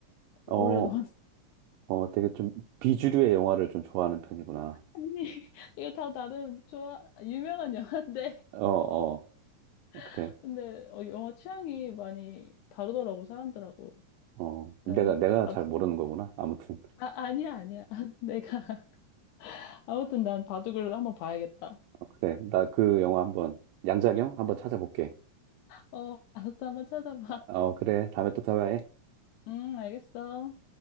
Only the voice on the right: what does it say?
어,
어, 되게 좀 비주류의 영화를 좀 좋아하는 편이구나.
어, 어, 그래.
어,
내가, 내가
잘 모르는 거구나. 아무튼.
그래. 나 그 영화 한번, 양자경? 한번 찾아볼게.
어, 그래. 다음에 또 대화해.